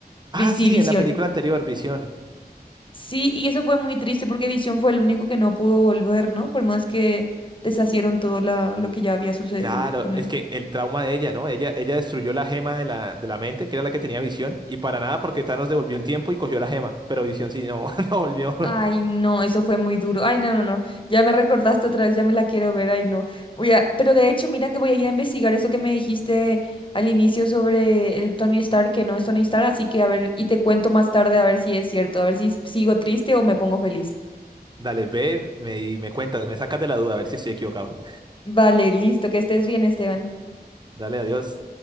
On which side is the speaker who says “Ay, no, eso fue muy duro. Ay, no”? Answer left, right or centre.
Left